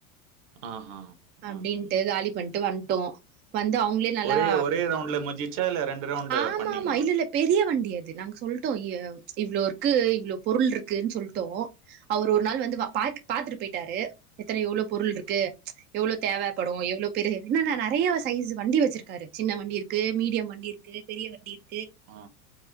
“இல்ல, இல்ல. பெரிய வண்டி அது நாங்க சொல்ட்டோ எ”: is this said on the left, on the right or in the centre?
Right